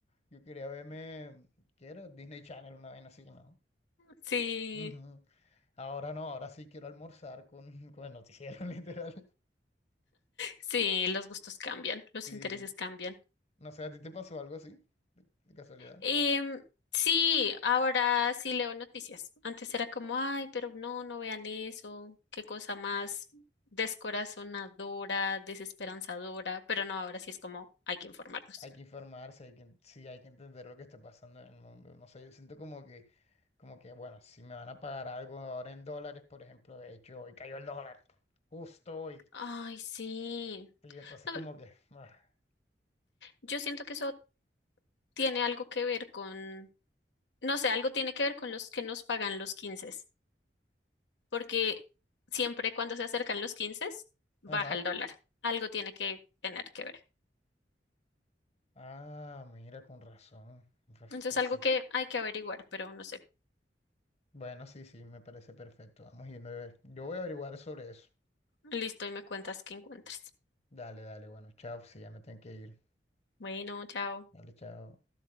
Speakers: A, on the left; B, on the left.
A: yo quería verme, ¿qué era? Disney Channel, una vaina así, ¿no?
B: Sí,
A: Ujú. Ahora no, ahora sí quiero almorzar con, con el noticiero, <laughs> literal.
B: sí, los gustos cambian, los
A: Sí.
B: intereses cambian.
A: No sé, ¿a ti te pasó algo así? De, de casualidad.
B: Em, sí, ahora sí leo noticias. Antes era como, ay, pero no, no vean eso, qué cosa más descorazonadora, desesperanzadora, pero no, ahora sí es como, hay que informarnos.
A: hay que informarse, hay que, en- sí, hay que entender lo que está pasando en el mundo. No sé, yo siento como que, como que, bueno, si me van a pagar algo ahora en dólares, por ejemplo, de hecho, hoy cayó el dólar, justo hoy.
B: Ay, sí.
A: Y entonces
B: A ver,
A: como que, <laughs> ah,
B: yo siento que eso tiene algo que ver con, no sé, algo tiene que ver con los que nos pagan los 15. porque siempre cuando se acercan los 15 baja
A: ajá.
B: el dólar. Algo tiene que tener que ver.
A: Ah, mira, con razón. Pues,
B: Entonces,
A: pues
B: algo
A: sí.
B: que hay que averiguar, pero no sé.
A: Bueno, sí, sí, me parece perfecto. Vamos yendo a ver. Yo voy a averiguar sobre eso.
B: Listo, y me cuentas qué encuentres.
A: Dale, dale, bueno, chao, sí, ya me tengo que ir.
B: Bueno, chao.
A: Dale, chao.